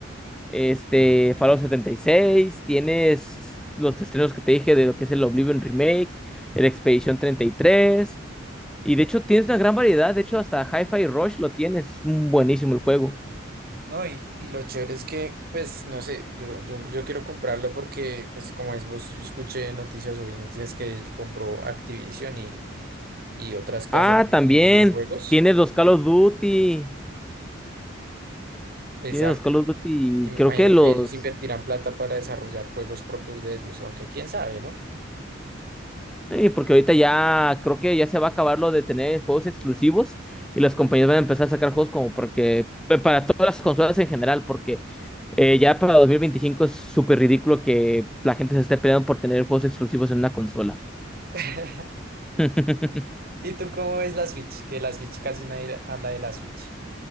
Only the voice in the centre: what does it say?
este, Fallout 76, tienes los estrenos que te dije de lo que es el Oblivion Remake, el Expedition 33, y tres, y de hecho tienes una gran variedad, de hecho hasta Hi-Fi Rush lo tienes, es un buenísimo el juego.
Ah, también
tienes los Call of Duty,
tienes los Call of Duty,
creo
que los
Y porque ahorita ya creo que ya se va a acabar lo de tener juegos exclusivos y las compañías van a empezar a sacar juegos como porque pa- para todas las consolas en general, porque eh, ya para 2025 es súper ridículo que la gente se esté peleando por tener juegos exclusivos en una consola.
<laughs>